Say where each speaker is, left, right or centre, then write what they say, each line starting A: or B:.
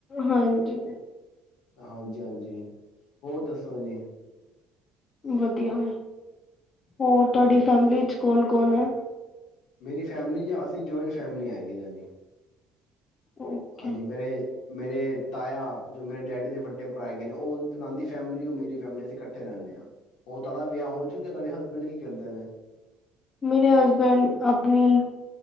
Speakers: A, on the left; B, on the left.
A: ਹਾਂਜੀ।
B: ਹਾਂਜੀ-ਹਾਂਜੀ ਹੋਰ ਦੱਸੋ ਜੀ।
A: ਵਧੀਆ। ਹੋਰ ਤੁਹਾਡੀ
B: ਹਾਂਜੀ
A: ਫੈਮਿਲੀ ਚ ਕੌਣ ਕੋਣ ਏ?
B: ਮੇਰੀ ਫੈਮਿਲੀ ਜਾਂ ਅਸੀਂ ਜੁਆਇੰਟ ਫੈਮਲੀ ਹੈਗੇ ਆਂ ਜੀ।
A: ਓਕੇ
B: ਹਾਂਜੀ ਮੇਰੇ ਮੇਰੇ ਤਾਇਆ ਜੋ ਮੇਰੇ ਡੈਡੀ ਦੇ ਵੱਡੇ ਭਰਾ ਹੈਗੇ ਨੇ ਉਹ <unintelligible> ਫੈਮਿਲੀ ਹੋਰ ਮੇਰੀ ਫੈਮਿਲੀ ਅਸੀਂ ਇਕੱਠੇ ਰਹਿਣੇ ਹਾਂ। <unintelligible> ਵਿਆਹ ਹੋ ਚੁੱਕਿਆ ਤੁਹਾਡੇ ਹਸਬੈਂਡ ਕੀ ਕਿਦੇ ਨੇ।
A: ਮੇਰੇ ਹਸਬੈਂਡ ਆਪਣੀ